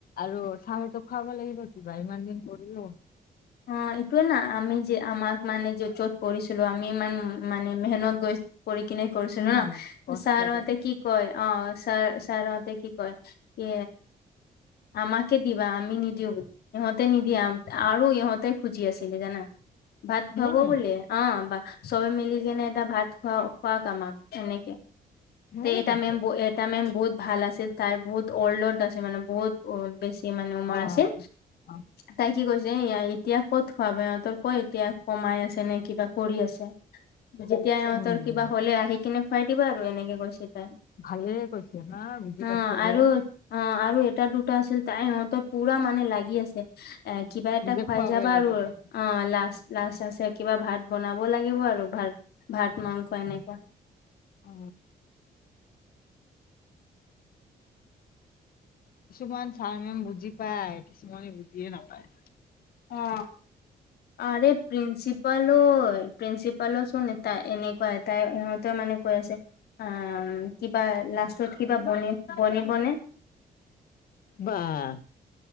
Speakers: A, on the left; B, on the left.
A: আৰু চাহতো খুৱাব লাগিব কিবা ইমান দিন কৰিলোঁ
B: অহ এইটোয়ে না আমি যে আমাক মানে যত য'ত কৰিছিলোঁ আমি ইমান মানে মেহনত গৈ কৰি কিনে কৰিছিলোঁ
A: উম,
B: ন
A: কষ্ট
B: ছাৰহঁতে
A: কৰি
B: কি কয় অহ ছাৰ ছাৰহঁতে কি কয় কি আমাকে দিবা আমি নিদিওঁ বুলি সিহঁতে নিদিয়ে আৰু ইহঁতে তাই খুজি আছিলি জানা ভাত খুৱাব
A: উম,
B: বলে অ বা চবে মিলি কেনে এটা ভাত খোৱা খুৱক আমাক এনেকে
A: সেনেকে
B: তে এটা
A: কৈছে
B: মেম এটা মেম বহুত ভাল আছিল তাই বহুত অল্ড অল্ড আছে মানে বহুত বেছি স মানে উমৰ
A: অ'।
B: আছিল
A: অ',
B: তাই কি কৈছে এ এতিয়া ক'ত খোৱাব ইহঁতৰ ক এতিয়া কমাই আছে নে কিবা কৰি আছে যেতিয়া হিহঁতৰ
A: উম।
B: কিবা হলে আহি কিনে খুৱাই দিবা আৰু এনেকে কৈছে তাই
A: ভালে কৈছে না বুজি
B: অ
A: পাইছে যে
B: আৰু অ আৰু এটা দুটা আছিল তাই হিহঁতৰ পুৰা মানে লাগি আছে এ কিবা এটা
A: নিজে
B: খুৱাই
A: খুৱাবই
B: যাবা
A: লাগিব
B: আৰু
A: বুলি।
B: অ লাষ্ট লাষ্ট আছে কিবা ভাত বনাব লাগিব আৰু ভাত ভাত মাংস এনেকুৱা
A: অ কিছুমান চাৰ মেম বুজি পায় কিছুমানে বুজিয়ে নাপায়
B: অ আৰে প্ৰিন্সিপালো প্ৰিন্সিপালো শোন এতা এনেকুৱা তাই সিহঁতেও মানে কৈ আছে অ কিবা লাষ্টত কিবা বনে বনিবনে
A: বাহ